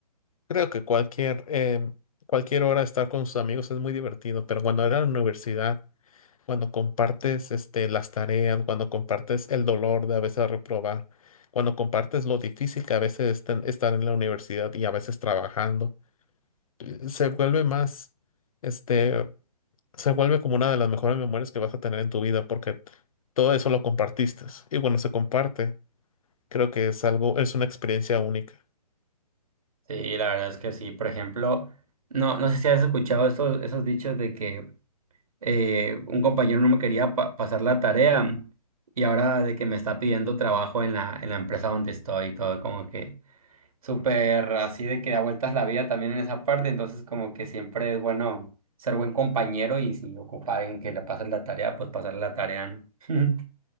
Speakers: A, on the left (about 60°); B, on the right (about 60°).
A: Creo que cualquier, em, cualquier hora estar con sus amigos es muy divertido, pero cuando era en la universidad cuando compartes este, las tareas, cuando compartes el dolor de a veces reprobar, cuando compartes lo difícil que a veces es ten- estar en la universidad y a veces trabajando, eh, se vuelve más, este, se vuelve como una de las mejores memorias que vas a tener en tu vida porque todo eso lo compartiste. Y bueno, se comparte, creo que es algo, es una experiencia única.
B: Sí, la verdad es que sí. Por ejemplo, no, no sé si has escuchado esos, esos dichos de que eh, un compañero no me quería pa- pasar la tarea y ahora de que me está pidiendo trabajo en la, en la empresa donde estoy y todo, como que súper así de que da vueltas la vida también en esa parte. Entonces, como que siempre es bueno ser buen compañero y si ocupa a alguien que le pasen la tarea, pues pasarle la tarea, ¿no? <laughs>